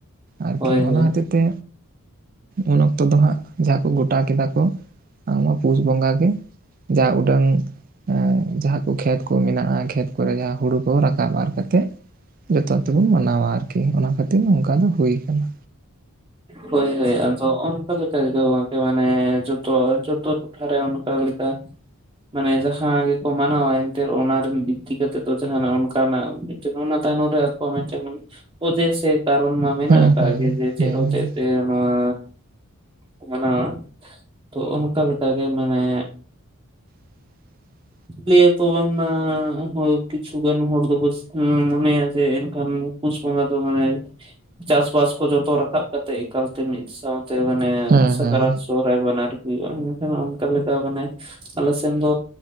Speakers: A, on the right; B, on the right.
A: ᱟᱨᱠᱤ
B: ᱦᱳᱭ
A: ᱚᱱᱟ
B: ᱦᱳᱭ
A: ᱦᱚᱛᱮᱡ ᱛᱮ ᱩᱱ ᱚᱠᱛᱚ ᱫᱚ ᱦᱟᱸᱜ ᱡᱟᱦᱟᱸ ᱠᱚ ᱜᱚᱴᱟ ᱠᱮᱫᱟ ᱠᱚ᱾ ᱩᱸ ᱚᱱᱟ ᱯᱩᱥ ᱵᱚᱸᱜᱟ ᱜᱮ ᱡᱟ ᱩᱰᱟᱹᱝ ᱩᱸ ᱡᱟᱦᱟᱸ ᱠᱩ ᱠᱷᱮᱛ ᱠᱩ ᱢᱮᱱᱟᱜᱼᱟ ᱠᱷᱮᱛ ᱠᱚᱨᱮ ᱡᱟᱦᱟᱸ ᱦᱩᱲᱩ ᱠᱚ ᱨᱟᱠᱟᱵ ᱟᱨ ᱠᱟᱛᱮᱜ ᱡᱚᱛᱚ ᱛᱮᱵᱚᱱ ᱢᱟᱱᱟᱣᱟ ᱟᱨᱠᱤ, ᱚᱱᱟ ᱠᱷᱟᱹᱛᱤᱨ ᱱᱚᱝᱠᱟ ᱫᱚ ᱦᱩᱭ ᱠᱟᱱᱟ᱾
B: ᱦᱳᱭ ᱦᱳᱭ ᱟ ᱪᱚ ᱚᱱᱠᱟ ᱞᱮᱠᱟ ᱜᱮ ᱜᱚᱝᱠᱮ ᱢᱟᱱᱮ ᱡᱚᱛᱚ ᱡᱚᱛᱚ ᱴᱚᱴᱷᱟ ᱨᱮ ᱚᱱᱠᱟ ᱞᱮᱠᱟ᱾ ᱢᱟᱱᱮ ᱡᱟᱦᱟᱸ ᱜᱮᱠᱚ ᱢᱟᱱᱟᱣᱟ ᱮᱱᱛᱮᱫ ᱚᱱᱟᱨᱮᱱ ᱵᱤᱛᱛᱤ ᱠᱟᱛᱮ ᱛᱚ ᱡᱟᱦᱟᱱᱟᱜ ᱚᱱᱠᱟᱱᱟᱜ ᱡᱮ ᱚᱱᱟ ᱛᱟᱭᱱᱚᱢ ᱨᱮ ᱟᱠᱚᱭᱟᱜ ᱢᱮᱜᱴᱮᱱ ᱚᱡᱮ ᱥᱮ ᱠᱟᱨᱚᱱ ᱢᱟ ᱢᱮᱱᱟᱜ
A: ᱦᱮᱸ
B: ᱟᱠᱟᱜ
A: ᱦᱮᱸ
B: ᱡᱮ ᱡᱮ ᱪᱮᱫ
A: ᱦᱮᱸ
B: ᱦᱚᱛᱮᱡ
A: ᱦᱮᱸ
B: ᱛᱮ ᱱᱚᱣᱟ ᱠᱚ ᱢᱟᱱᱟᱣᱟ, ᱛᱚ ᱚᱱᱠᱟ ᱞᱮᱠᱟ ᱜᱮ ᱢᱟᱱᱮ
A: <inaudible>
B: ᱞᱮᱭᱟ ᱠᱚ ᱵᱟᱝᱢᱟ ᱦᱳᱭ ᱠᱤᱪᱷᱩ ᱜᱟᱱ ᱦᱚᱲ ᱫᱚᱠᱚ ᱩᱢ ᱢᱚᱱᱮᱭᱟ ᱡᱮ ᱮᱱᱠᱷᱟᱱ ᱫᱚ ᱯᱩᱥ ᱵᱚᱸᱜᱟ ᱫᱚ ᱢᱟᱱᱮ ᱪᱟᱥᱼᱵᱟᱥ ᱠᱚ ᱡᱚᱛᱚ ᱨᱟᱠᱟᱵ ᱠᱟᱛᱮᱜ ᱮᱠᱟᱞ ᱛᱮ ᱢᱤᱫ ᱥᱟᱶᱛᱮ ᱢᱟᱱᱮ
A: ᱦᱮᱸ
B: ᱥᱟᱠᱨᱟᱛ
A: ᱦᱮᱸ
B: ᱥᱳᱨ ᱨᱮ ᱵᱟᱱᱟᱨ ᱦᱩᱭᱩᱜᱼᱟ ᱮᱠᱷᱟᱱ ᱚᱱᱠᱟ ᱞᱮᱠᱟ ᱢᱟᱱᱮ ᱟᱞᱮ ᱥᱮᱱ ᱫᱚ